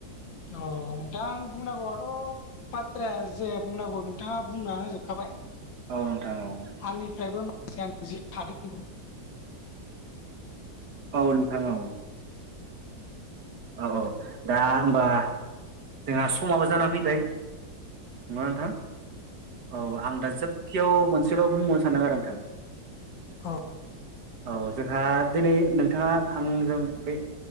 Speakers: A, on the left; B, on the right.
A: अ नोंथां आं बुंनांगौआथ' बाथ्रााया जे बुंनांगौ नोंथाङा बुंना जोबखाबाय।
B: औ नोंथां औ
A: आंनिफ्रायबो माखासे आं जि थादों
B: औ नोंथां औ औ औ दा होमबा जोंहा समाबो जानानै फैबाय। नङा नोंथां औ आं दा जोबखयाव मोनसेल' बुंबावनो सानदों आरो नोंथां।
A: औ
B: औ जोंहा दिनै नोंथाङा आंजों बे